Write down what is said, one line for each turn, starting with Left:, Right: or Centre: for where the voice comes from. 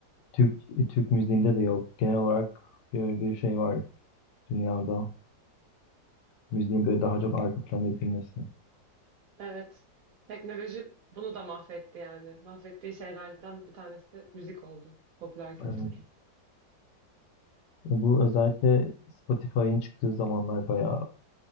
Left: Türk Türk müziğinde de yok. Genel olarak böyle bir şey var. dünyada müziğin böyle daha çok arka plana edilmesi.
Right: Evet. Teknoloji bunu da mahvetti yani. Mahvettiği şeylerden bir tanesi de müzik oldu. Popüler kültür.
Left: Yani bu özellikle Spotify'ın çıktığı zamanlar bayağı